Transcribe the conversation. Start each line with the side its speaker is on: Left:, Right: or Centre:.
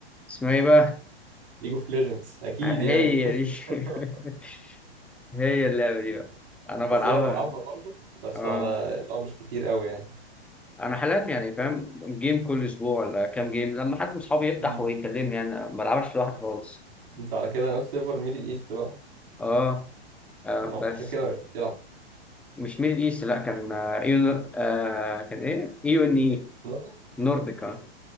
Centre: اسمها إيه بقى؟
Right: ليج اوف ليجندز اكيد
Centre: هي
Right: يعني <laughs>
Centre: دي <laughs> هي اللعبة دي بقى أنا بلعبها
Right: اصل انا بلعبها برضه بس
Centre: اه
Right: على اللي هو مش كتير قوي يعني
Centre: انا حاليا يعني فاهم جيم كل اسبوع ولا كام جيم لما حد من اصحابي يفتح
Right: مم.
Centre: ويكلمني انا ما بلعبش لوحدي خالص
Right: انت على كده ناس سيرفر ميدل ايست بقى
Centre: اه آه،
Right: ما
Centre: بس
Right: عشان كده مش بتلعب
Centre: مش ميدل ايست لا كان آه، ايو آه كان ايه ايو ان اي
Right: برضه
Centre: نورديك آه.